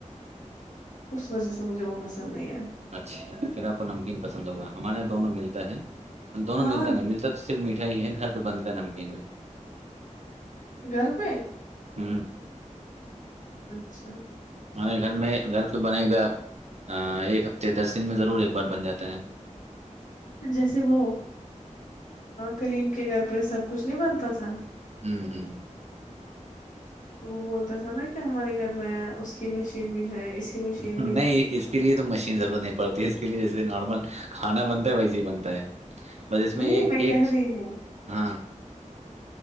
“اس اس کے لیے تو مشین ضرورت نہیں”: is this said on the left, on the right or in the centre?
Right